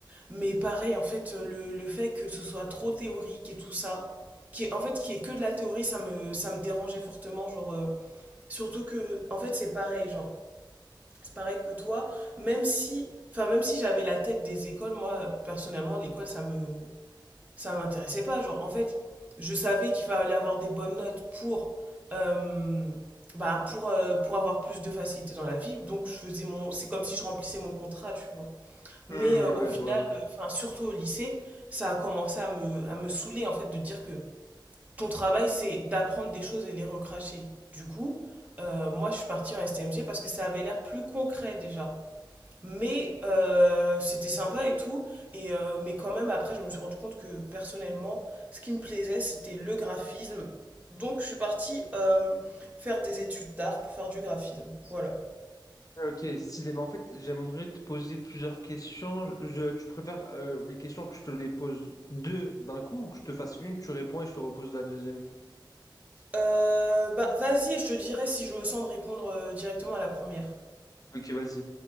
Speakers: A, on the right (about 20°); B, on the left (about 45°).
A: mais pareil en fait le, le fait que ce soit trop théorique et tout ça qui est en fait qui est que de la théorie ça me ça me dérangeait fortement genre euh, surtout que en fait c'est pareil genre c'est pareil que toi, même si, enfin, même si j'avais la tête des écoles, moi, personnellement, l'école, ça me, ça m'intéressait pas. Genre, en fait, je savais qu'il fallait avoir des bonnes notes pour, euh, bah, pour, euh, pour avoir plus de facilité dans la vie. Donc, je faisais mon, c'est comme si je remplissais mon contrat, tu vois. Mais
B: Hmm,
A: euh,
B: ouais,
A: au final,
B: je vois.
A: euh, enfin, surtout au lycée, ça a commencé à me, à me saouler, en fait, de dire que ton travail, c'est d'apprendre des choses et les recracher. Du coup, euh, moi, je suis partie en STMG parce que ça avait l'air plus concret déjà. Mais euh, c'était sympa et tout. Et, euh, mais quand même, après, je me suis rendu compte que personnellement, ce qui me plaisait, c'était le graphisme. Donc, je suis partie euh, faire des études d'art pour faire du graphisme. Voilà.
B: Ok, stylé. Bah, en fait, j'aimerais te poser plusieurs questions. Je, tu préfères euh, les questions que je te les pose deux d'un coup ou que je te fasse une, tu réponds et je te repose la deuxième?
A: Euh, bah, vas-y, et je te dirai si je me sens de répondre euh, directement à la première.
B: Ok, vas-y.